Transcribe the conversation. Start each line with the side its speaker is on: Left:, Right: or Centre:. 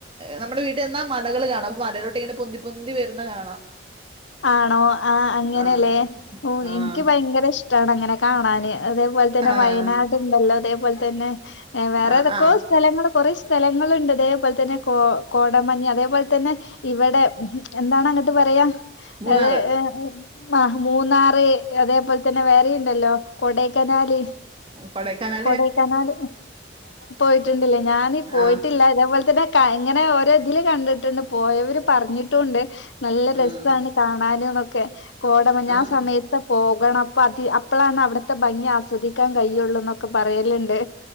Right: നമ്മുടെ വീട്ൽന്നാ മലകള് കാണാം മലേലോട്ട് ഇങ്ങനെ പൊന്തി പൊന്തി പൊന്തി വരുന്ന കാണാം
Left: ആണോ ആ അങ്ങനെയല്ലേ
Right: ആഹ് ആഹ്
Left: എനിക്ക് ഭയങ്കര ഇഷ്ടമാണ് അങ്ങനെ കാണാൻ അതേപോലെ തന്നെ
Right: ആഹ്
Left: വയനാട് ഉണ്ടല്ലോ അതേപോലെ തന്നെ വേറെ
Right: ആഹ്
Left: തൊക്കോ
Right: ആഹ്
Left: സ്ഥലങ്ങൾ കുറേ സ്ഥലങ്ങളുണ്ട് അതേപോലെ തന്നെ കോ കോട മഞ്ഞ അതേപോലെ തന്നെ ഇവിടെ എന്താണ് അങ്ങോട്ട് പറയാം
Right: മൂന്നാറ്
Left: അഏ ഉ മൂന്നാറ് അതേപോലെ തന്നെ വേറെയുണ്ടല്ലോ കൊടൈക്കനാല്
Right: കോടേകനാല്
Left: കൊടൈക്കനാൽ പോയിട്ടുണ്ടില്ലേ ഞാാനീ പോയിട്ടില്ല
Right: ആഹ്
Left: അതേപോലെ തന്നെ ഇങ്ങനെ ഓരോ ഇതില് കണ്ടിട്ടുണ്ട് പോയവര് പറഞ്ഞിട്ടുണ്ട് നല്ല രസ
Right: ആഹ്
Left: കാണാനൂംനൊക്കെ ന്നൊക്കെ ക്കെ കോടഞ്ഞ
Right: ആഹ്
Left: ആ സമയത്ത് പോകണം അപ്പ അതി അപ്പളാണ് അവിടത്തെ ഭംഗി ആസ്വദിക്കാൻ കഴിയുള്ളൂ എന്നൊക്കെ പറയലുണ്ട്